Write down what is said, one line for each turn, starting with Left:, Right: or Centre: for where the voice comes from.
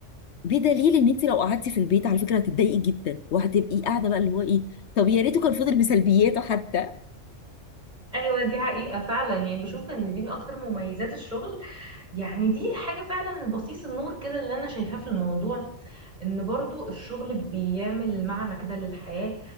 Left: بدليل ان انت لو قعدتي في البيت على فكره هتتضايقي جدا وهتبقي قاعده بقى اللي هو ايه طب يا ريته كان فضل بسلبياته حتى
Right: ايوه دي حقيقة فعلا يعني بشوف ان دي من اكتر مميزات الشغل يعني دي حاجة فعلا بصيص النور كده اللي انا شايفاه في الموضوع ان برضو الشغل بيعمل معنى كده للحياة